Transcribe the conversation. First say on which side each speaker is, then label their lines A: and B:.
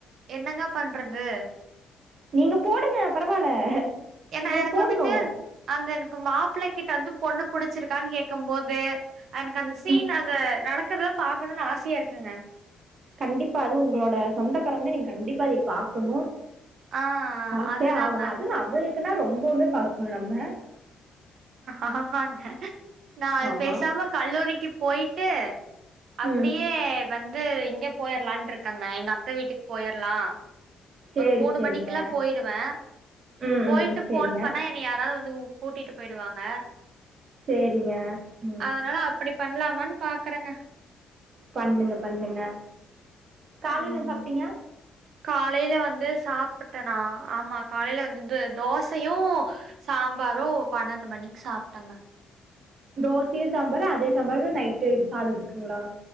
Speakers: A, on the right; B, on the right.
A: என்னங்க பண்றது
B: நீங்க போடுங்க பரவால்ல
A: ஏன்னா
B: நம்ம
A: எனக்கு
B: போட்ணு
A: வந்துட்டு அந்த எனக் மாப்பிளை கிட்ட வந்து பொண்ணு புடிச்சிருக்கான்னு கேக்கு போது எனக்கு அந்த சீன்
B: ம்
A: அந்த நடக்கறதலா பாக்கணும்னு ஆசையா இருக்குங்க
B: கண்டிப்பா அது உங்களோட சொந்தக்காரங்கள நீங்க கண்டிப்பா அதை பாக்குணு
A: ஆ
B: பாத்தே
A: அதுதாங்க
B: ஆகணு அது என்ன அவளுக்குனா ரொம்பவே பாக்கணு நம்ம
A: ஆமாங்க நா அது
B: ஆமா
A: பேசாம கல்லூரிக்கு போய்ட்டு அப்டியே
B: ம்
A: வந்து இங்க போய்ட்லாண்ட்டு இருக்கங்க எங்க அத்த வீட்டுக்கு போயிற்லா
B: சேரி
A: ஒரு மூணு
B: சேரிங்க
A: மணிக்கில்லா போயிருவே
B: ம்
A: போய்ட்டு
B: ம் சேரிங்க
A: ஃபோன் பண்ணா என் னைய யாராவது வந்து கூட்டிட்டு போய்டுவாங்க
B: சேரிங்க ம்
A: அதனால அப்டி பண்ணலாமான்னு பாக்குறேங்க
B: பண்ணுங்க பண்ணுங்க காலையில
A: ம்
B: என்ன சாப்ட்டீங்க
A: காலையில வந்து சாப்புட்டனா ஆமா காலையில வந்து தோசையு சாம்பாரு பன்னெண்டு மணிக்கு சாப்ட்டங்க
B: தோசையு சாம்பாரு அதே சாம்பார் நைட்டு இது சாதத்துக்குங்களா